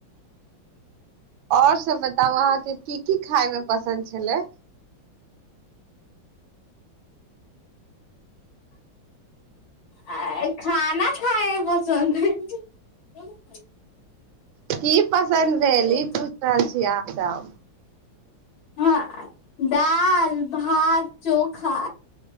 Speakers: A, on the right; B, on the left.
A: आओर सब बताउ अहाँके की की खााय मे पसन्द छलै
B: आ खाना खायब पसन्द ह
A: की पसन्द
B: हँ
A: भेल ई पूछ रहल छीिय अहाँस
B: हँ डाल भात चोखा